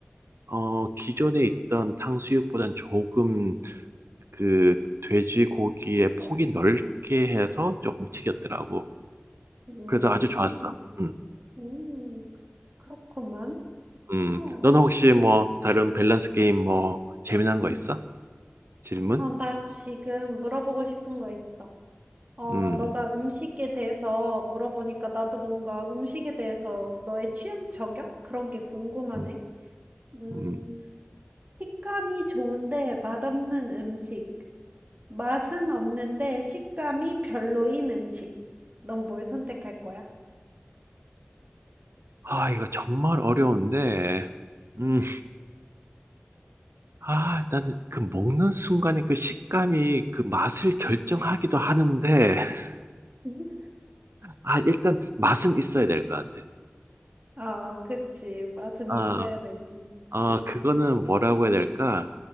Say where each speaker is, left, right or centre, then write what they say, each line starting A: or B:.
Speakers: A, on the right; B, on the right.
A: 어, 기존에 있던 탕수육보단 조금 그 돼지고기의 폭이 넓게 해서 조금 튀겼더라고.
B: 음.
A: 그래서 아주 좋았어. 음,
B: 음. 그렇구만.
A: 음.
B: 어.
A: 너는 혹시 뭐 다른 밸런스 게임 뭐 재미난 거 있어? 질문?
B: 어, 나 지금 물어보고 싶은 거 있어. 어,
A: 음,
B: 너가 음식에 대해서 물어보니까 나도 뭔가 음식에 대해서 너의 취향 저격? 그런 게 궁금하네.
A: 음,
B: 음,
A: 음.
B: 식감이 좋은데 맛없는 음식. 맛은 없는데 식감이 별로인 음식. 넌 뭘 선택할 거야?
A: 아, 이거 정말 어려운데, 음, 아, 나는 그 먹는 순간에 그 식감이 그 맛을 결정하기도 하는데, <laughs>
B: <laughs>
A: 아, 일단 맛은 있어야 될 것 같아.
B: 아, 그치. 맛은
A: 아,
B: 있어야 되지.
A: 아,
B: 응.
A: 그거는 뭐라고 해야 될까?